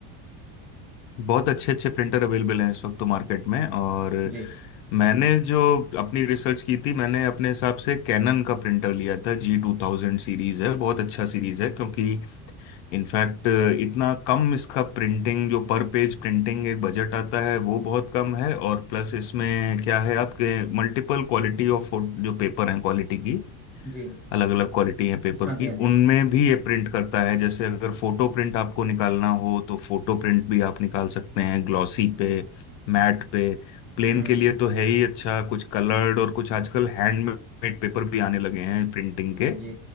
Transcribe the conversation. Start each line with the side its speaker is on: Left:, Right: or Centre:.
Left: बहुत अच्छे अच्छे प्रिंटर अवेलेबल हैं इस वक्त तो मार्केट में और
Centre: जी
Left: मैंने जो अपनी रिसर्च की थी मैंने अपने हिसाब से कैनन का प्रिंटर लिया था जी टू थाउजेंड सीरीज है बहुत अच्छा सीरीज है क्योंकि इनफैक्ट इतना कम इसका प्रिंटिंग जो पर पेज प्रिंटिंग एक बजट आता है वो बहुत कम है और प्लस इसमें क्या है आपके मल्टीपल क्वालिटी ऑफ जो पेपर हैं क्वालिटी की
Centre: जी
Left: अलग अलग क्वालिटी है पेपर
Centre: हाँ जी
Left: की
Centre: हाँ जी
Left: उनमें भी ये प्रिंट करता है जैसे अगर फोटो प्रिंट आपको निकालना हो तो फोटो प्रिंट भी आप निकाल सकते हैं ग्लॉसी पे मैट पे प्लेन
Centre: हम्म
Left: के लिए
Centre: हम्म,
Left: तो है ही अच्छा कुछ कलर्ड और कुछ आजकल हैंडमेड पेपर भी आने लगे हैं प्रिंटिंग के
Centre: जी